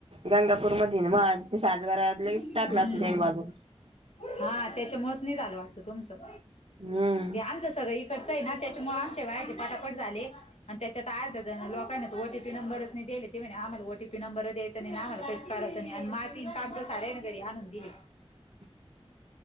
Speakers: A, on the right; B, on the left.
A: गंगापूर मध्ये मग आज सातवारचलगेच
B: हम्म
A: टाकला अस तेन
B: हम्म
A: बाजून -
B: हा त्याच्यामुळेच नाही झालं वाटत तुमचं
A: हम्म
B: हे आमचं सगळं इ. इकडचं त्याच्यामुळे आमच्या बायाचे पाटापट झाले आणि त्याच्या आर्धा लाक - काय नाही ओटीपी नंबर नाही दिले ते आम्हाला ओटीपी नंबरच्यायचं नाही आम्हालाहीच करायच आणि माती कागद सारे- घरी आणून दिले.
A: <inaudible>